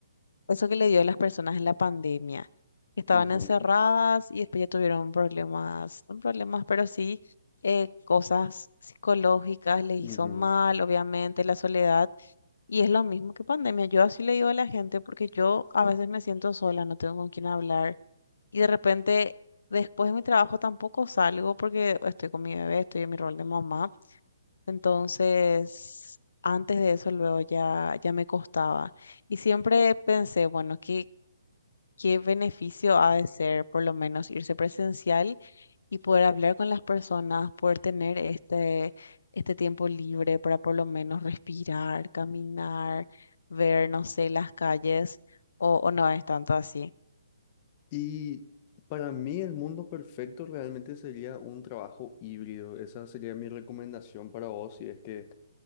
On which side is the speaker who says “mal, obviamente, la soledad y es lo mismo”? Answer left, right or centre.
Left